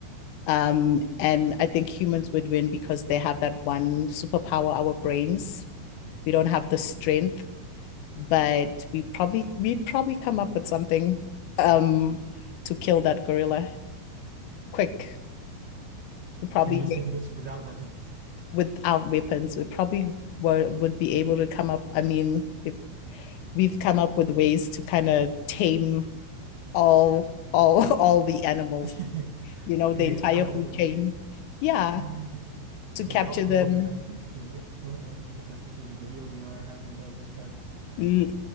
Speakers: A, on the left; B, on the right.
A: Um, and I think humans would win because they have that one superpower, our brains. We don't have the strength, but we probably we probably come up with something um to kill that gorilla quick. We probably
B: And you're saying this without weapons.
A: without weapons, we probably were, would be able to come up. I mean, we- we've come up with ways to kind of tame all all <laughs> all the animals.
B: <laughs>
A: You know,
B: Yeah,
A: the entire
B: points
A: food
B: have been
A: chain.
B: made.
A: Yeah,
B: Mm.
A: to
B: Because
A: capture
B: dogs
A: them.
B: weren't even meant to be do weren't meant to be domesticated, but here we are having dogs as pets.
A: You